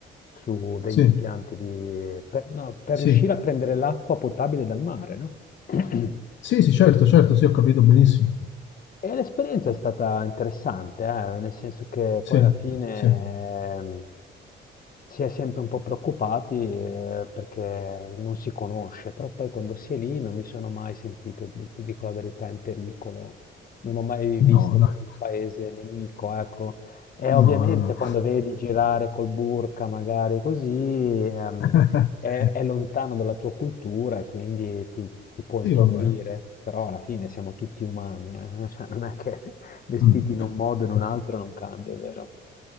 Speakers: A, on the left; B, on the left.
A: su degli
B: sì,
A: impianti di, per, no, per
B: sì.
A: riuscire a prendere l'acqua potabile dal mare, no? <clears throat>
B: Sì, sì, certo, certo, sì, ho capito benissimo.
A: E l'esperienza è stata interessante, eh, nel senso che
B: Sì,
A: poi alla fine
B: sì.
A: ehm, si è sempre un po' preoccupati eh, perché non si conosce, però poi quando si è lì non mi sono mai sentito, ti ti dico la verità, in pericolo, non ho mai
B: No,
A: visto
B: dai.
A: come un paese nemico, ecco. E
B: No,
A: ovviamente
B: no, no.
A: quando vedi girare col burka magari così, ehm,
B: <laughs>
A: è, è lontano dalla tua cultura e quindi ti, ti può
B: Sì,
A: intimorire,
B: vabbè.
A: però alla fine siamo tutti umani, eh, cioè, non è che <laughs> vestiti
B: Mm.
A: in
B: Sì,
A: un modo o in un
B: certo.
A: altro non cambia, vero?